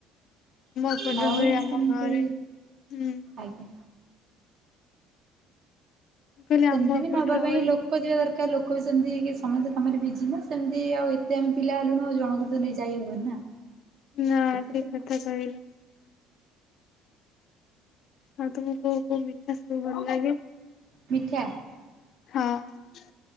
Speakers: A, on the left; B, on the right.
A: ଆମ ଏପଟରେ
B: ନବା
A: ହୁଏ ଆମ
B: ପାଇଁଥାତି
A: ଘରେ ହୁଁ। ମୁଁ
B: ଆଜ୍ଞା
A: କହିଲି
B: ସେମିତି
A: ଆମ ଏପଟରେ
B: ବି ନବା ପାଇଁ
A: ହୁଏ
B: ଲୋକ ଯିବା ଦରକାର ଲୋକ ଲୋକ ବି ସେମିତି ସମସ୍ତେ କାମରେ ବିଜି ନା ସେମିତି ଆଉ ଏତେ ଆମେ ପିଲା ଜଣଙ୍କୁ ତ ନେଇ ଯାଇ ହବନି ନା
A: ନା
B: ସେ
A: ଠିକ କଥା କହିଲ। ଆଉ ତମକୁ କୋଉ କୋଉ ମିଠା ସବୁ ଭଲ ଲାଗେ
B: ମିଠା
A: ହଁ